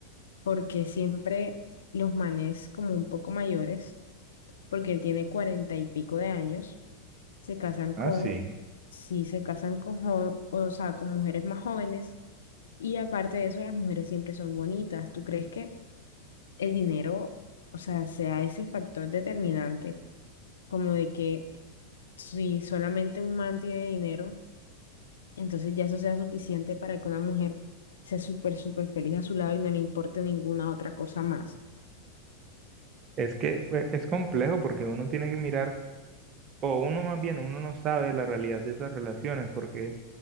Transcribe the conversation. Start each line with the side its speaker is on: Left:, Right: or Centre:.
Left: porque siempre los manes como un poco mayores, porque él tiene cuarenta y pico de años, se casan con,
Right: Ah, sí.
Left: sí, se casan con, jo- o sea, con mujeres más jóvenes, y aparte de eso, las mujeres siempre son bonitas. ¿Tú crees que el dinero, o sea, sea ese factor determinante, como de que si solamente un man tiene dinero? Entonces ya eso sea suficiente para que una mujer sea súper, súper feliz a su lado y no le importe ninguna otra cosa más.
Right: Es que pues, es complejo porque uno tiene que mirar, o uno más bien, uno no sabe la realidad de esas relaciones, porque